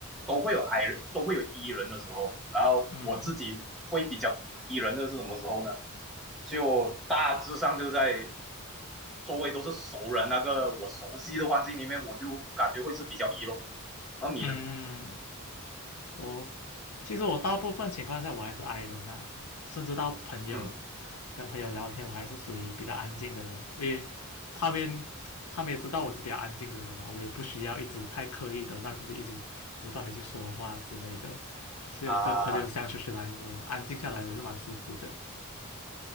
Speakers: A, in the centre; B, on the left.
A: 都会有矮人，都会有 E 人的时候。然后我自己会比较
B: 嗯
A: E 人的是什么时候呢？就大致上就在周围都是熟人，那个我熟悉的环境里面，我就感觉会是比较 E 咯。然后你呢？
B: 嗯。我其实我大部分情况下我还是 I 人呐，甚至到朋友
A: 嗯
B: 跟朋友聊天，我还是属于比较安静的人，因为他们他们也知道我是比较安静的人嘛，我也不需要一直太刻意的让自己一直不断的去说话之类的，所以我跟朋友相处起来，
A: 啊，
B: 我安静下来我也是蛮舒服的，